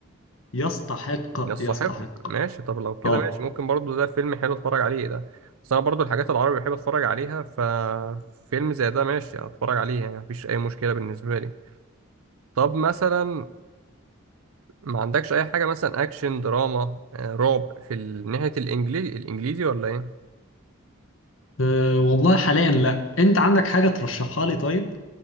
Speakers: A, on the left (about 65°); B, on the right (about 80°).
A: يستحق
B: يستحق
A: يستحق
B: ماشي طب لو كده
A: اه
B: ماشي ممكن برضو ده فيلم حلو اتفرج عليه ده بس انا برضو الحاجات العربي بحب اتفرج عليها ففيلم زي ده ماشي اتفرج عليه يعني مفيش اي مشكلة بالنسبة لي طب مثلا ما عندكش اي حاجة مثلا اكشن دراما آه، رعب في ال- ناحية الانجليزي الانجليزي ولا ايه
A: أه والله حاليا لا انت عندك حاجة ترشحها لي طيب